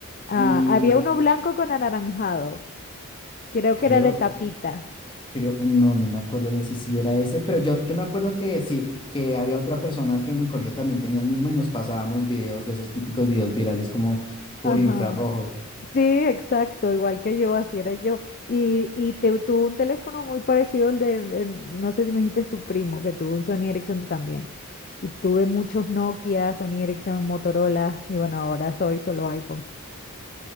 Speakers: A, on the left; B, on the left.
A: Ah,
B: y
A: había uno blanco con anaranjado, creo
B: creo...
A: que era de tapita.
B: Creo, no, no me acuerdo bien si si era ese, pero yo, yo me acuerdo que sí, que había otra persona que en el colegio también tenía el mismo y nos pasábamos videos de esos típicos videos virales como por
A: Ajá.
B: infrarrojo.
A: Sí, exacto, igual que yo, así era yo. Y, y te, tuvo un teléfono muy parecido al de, en- no sé si me dijiste es tu primo, que tuvo un Sony Ericsson también. Y tuve muchos Nokia, Sony Ericsson, Motorola, y bueno, ahora soy solo iPhone.